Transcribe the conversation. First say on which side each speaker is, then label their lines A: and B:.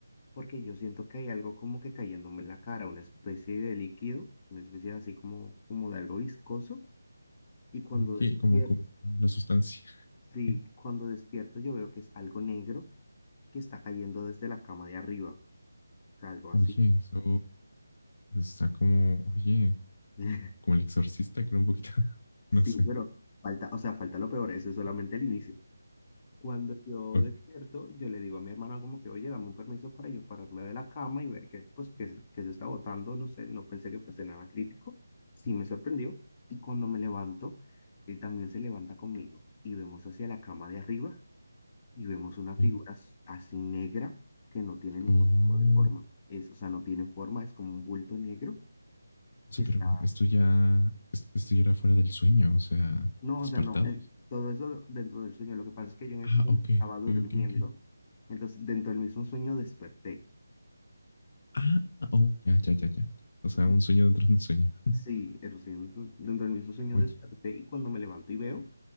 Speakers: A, on the left; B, on the left.
A: porque yo siento que hay algo como que cayéndome en la cara, una especie de líquido, una especie de así como, como de algo viscoso, y cuando
B: Ok,
A: despierto,
B: como, como la sustancia.
A: sí,
B: <laughs>
A: cuando despierto yo veo que es algo negro que está cayendo desde la cama de arriba, o sea, algo así.
B: Oye, eso está como, oye,
A: <laughs>
B: como el exorcista, creo un poquito, <laughs> no
A: Sí,
B: sé.
A: pero falta, o sea, falta lo peor, eso es solamente el inicio. Cuando yo
B: Okay.
A: despierto, yo le digo a mi hermana como que, oye, dame un permiso para yo pararme de la cama y ver que, pues, que, se que se está botando, no sé, no pensé que fuese nada crítico, sí me sorprendió. Y cuando me levanto, él también se levanta conmigo y vemos hacia la cama de arriba y vemos una figura
B: Oh,
A: as- así negra que no tiene ningún
B: oh,
A: tipo de forma. Es, o sea, no tiene forma, es como un bulto negro
B: o
A: que
B: sea,
A: está
B: pero esto ya, esto ya era fuera del sueño, o sea,
A: No,
B: despertados.
A: o sea, no, es- todo eso dentro del sueño. Lo que pasa es que yo en el
B: Ah,
A: sueño
B: ok,
A: estaba durmiendo,
B: ok, ok. ok.
A: entonces dentro del mismo sueño desperté.
B: Ah, oh, ya, ya, ya, ya. O sea,
A: <laughs>
B: un sueño dentro de un sueño. <laughs>
A: Sí, el sueño- dentro del mismo sueño
B: Oye,
A: desperté y cuando me levanto y veo